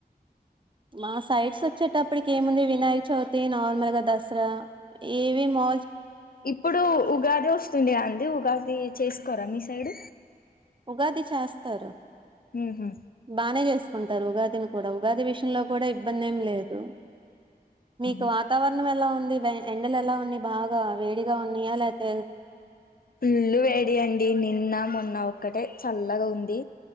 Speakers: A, on the right; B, on the left.
A: మా సైట్స్ వచ్చేటప్పటికి ఏముంది వినాయక చవితి నార్మల్ గా దసరా ఏవి మా
B: ఇప్పుడు ఉగాది వస్తుంది అంది ఉగాది చేసుకోరా మీ సైడ్
A: ఉగాది చేస్తారు
B: ఉహు
A: బానే చేస్త రు ఉగాదిని కూడా ఉగాది విషయంలో కూడా ఇబ్బంది ఏం లేదు మీకు
B: ఉ
A: వాతావరణం ఎలా ఉంది ఎండలు ఎలా ఉన్నాయి బాగా వేడిగా ఉన్నాయా లేపోతే
B: ఫుల్లు వేడి అండి నిన్న మొన్న ఒక్కటే చల్లగా ఉంది